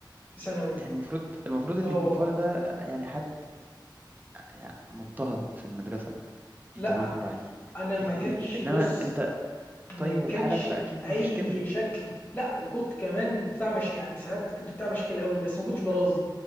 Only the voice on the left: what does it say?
في ثانوي دي
اه
والله
لا
أنا ما
كانش
بص
ما
كانش
أي
شكل لا وكنت كمان بتاع مش يعني ساعات كنت بتاع مشاكل قوي بس ما كنتش برازي